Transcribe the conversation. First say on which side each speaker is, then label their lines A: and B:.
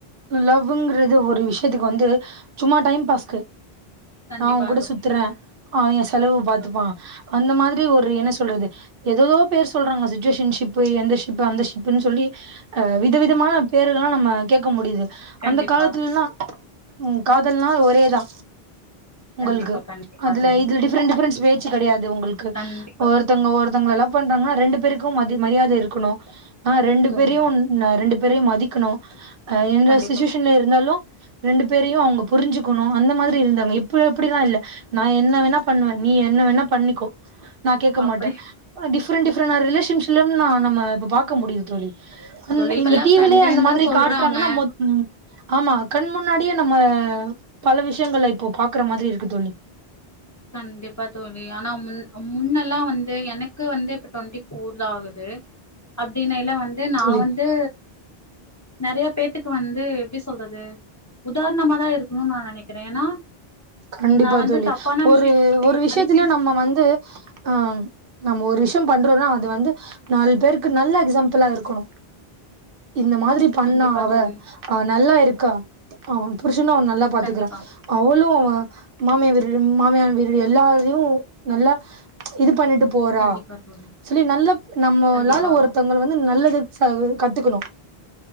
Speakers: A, on the right (about 65°); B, on the left (about 20°).
A: லவ்ங்கிறது ஒரு விஷயத்துக்கு வந்து சும்மா டைம் பாஸ்க்கு
B: கண்டிப்பா
A: நா உன் கூட
B: தோழி
A: சுத்துறே அவன் ஏ செலவு பாரத்துப்பா
B: தோழி
A: அந்த மாதிரி ஒரு என்ன சொல்றது ஏததோ பேர் சொல்றாங்க சிச்சுவேஷன்ஷிப்பு எந்த ஷிப்பு அந்த ஷிப்புன்னு சொல்லி அ வித விதமான பேரெல்லா நம்ம கேட்க முடியுது
B: கண்டிப்பா
A: அந்த காலத்துலல்லா ம் காதல்னா ஒரேதா உங்களுக்கு
B: கண்டிப்பா கண்டிப்பா
A: அதுல
B: தோழி
A: இதுடி டிஃப்ரெண்ட் டிஃப்ரெண்ட்ஸ் பேச்சு கிடையாது உங்களுக்கு
B: கண்டிப்பா
A: ஒருத்தங்க
B: தோழி
A: ஒருத் லவ் பண்றாங்கன்னா ரெண்டு பேருக்கு மதி மரியாதை இருக்கணு ஆ ரெண்டு
B: சரிங்க
A: பேரையுன்
B: தோழி
A: னா ரெண்டு பேரையு மதிக்கணு அ எந்த
B: கண்டிப்பா
A: சிச்சுவேஷன்ல இருந்தாலு ரெண்டு பேரையு அவங்க புரிஞ்சுக்கணு அந்த மாதிரி இருந்தாங்க இப்ப அப்டிலா இல்ல நா என்ன வேணா பண்ணுவே நீ என்ன வேணா பண்ணிக்கோ நா கேட்க
B: அப்டி
A: மாட்டே டிப்ரெண்ட் டிஃப்ரெண்ட் ரிலேஷன்ஸ்ல நா நம்ம இப்ப பாக்க முடியுது தோழி அந்த
B: தோழி இப்பல்லா
A: இந்த டிவிலயே
B: ஃப்ரெண்டுன்னு
A: அந்த மாதிரி
B: தா சொல்றாங்க
A: காட்டுறாங்கன்னா மொத் ஆமா கண் முன்னாடியே நம்ம பல விஷயங்கள இப்போ பாக்குற மாதிரி இருக்கு தோழி
B: கண்டிப்பா தோல்வி ஆனா முன் முன்னெல்லா வந்து எனக்கு வந்து இப்டி டொன்ட்டி ஃபோர் தா ஆகுது அப்டினல்ல வந்து நா
A: தோழி
B: வந்து நிறைய பேத்துக்கு வந்து எப்டி சொல்றது உதாரணமா தா இருக்கணும்னு நா நினைக்கிறே ஏன்னா
A: கண்டிப்பா
B: நா வந்து
A: தோழி
B: தப்பான
A: ஒரு
B: விஷயத்த
A: ஒரு
B: யாரையுமே
A: விஷயத்திலயு நம்ம வந்து ஆ நம்ம ஒரு விஷயோ பண்றோன்னா அது வந்து நாலு பேருக்கு நல்ல எக்ஸாம்பிளா இருக்கணு இந்த மாதிரி பண்ணா
B: கண்டிப்பா
A: அவ
B: தோழி
A: அவ நல்லா இருக்கா அவன் புருஷனு அவள நல்லா பாத்துக்கிறா
B: கண்டிப்பா
A: அவளுமா மாமியா வீடு மாமியார் வீடு எல்லாரையு நல்லா இது பண்ணிட்டு போறா
B: கண்டிப்பா தோழி
A: சொல்லி நல்லா நம்ம
B: கண்டிப்பா
A: எல்லாரு ஒருத்தங்கள வந்து நல்லது செலவங்க கத்துக்கணு